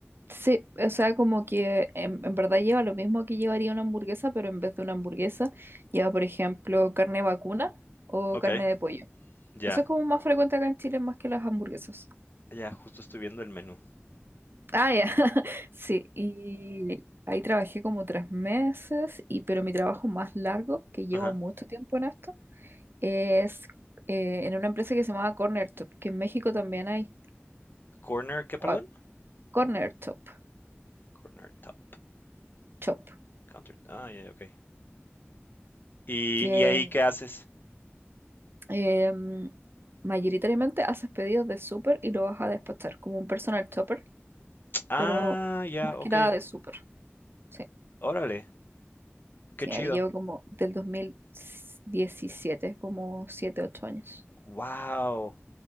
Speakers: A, on the right; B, on the left.
A: Sí, o sea, como que en, en verdad lleva lo mismo que llevaría una hamburguesa, pero en vez de una hamburguesa lleva, por ejemplo, carne vacuna o
B: Ok,
A: carne de pollo.
B: ya.
A: Eso es como más frecuente acá en Chile más que las hamburguesas.
B: Ya, justo estoy viendo el menú.
A: Ah, ya. <laughs> Sí, y ahí trabajé como tres meses, y, pero mi trabajo más largo, que llevo
B: Ajá.
A: mucho tiempo en esto, es eh, en una empresa que se llamaba Corner Top, que en México también hay.
B: Corner, ¿qué, perdón?
A: Wow. Corner Top,
B: Corner top.
A: Chop.
B: Counter. Ah, ya, ya, ok. ¿Y,
A: sí,
B: y ahí qué haces?
A: eh, mayoritariamente haces pedidos de súper y lo vas a despachar como un personal shopper,
B: Ah,
A: pero
B: ya,
A: más
B: ok.
A: que nada de súper. Sí,
B: Órale, qué
A: sí,
B: chido.
A: ahí llevo como del dos mil diecisiete como 7 8 años.
B: Wow.